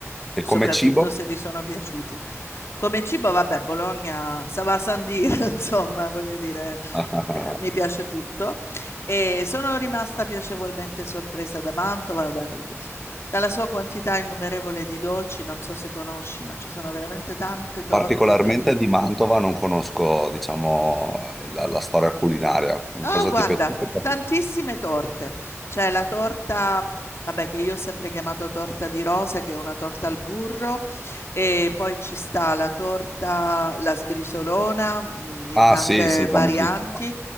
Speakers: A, in the centre; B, on the left.
A: E
B: soprattutto
A: come cibo?
B: se ti sono piaciuti. Come cibo, vabbè, Bologna, ça va sans dire, <laughs> insomma, voglio dire,
A: <laughs>
B: eh, mi piace tutto. E sono rimasta piacevolmente sorpresa da Mantova, da- dalla sua quantità innumerevole di dolci, non so se conosci, ma ci sono veramente tante torte
A: Particolarmente
B: tipiche.
A: di Mantova non conosco, diciamo, la, la storia culinaria.
B: Oh,
A: Cosa
B: guarda,
A: ti è piaciuto?
B: tantissime torte. C'è la torta, vabbè, che io ho sempre chiamato torta di rose, che è una torta al burro, e poi ci sta la torta, la sbrisolona, mh, in
A: Ah,
B: tante
A: sì, sì,
B: varianti.
A: famosissima.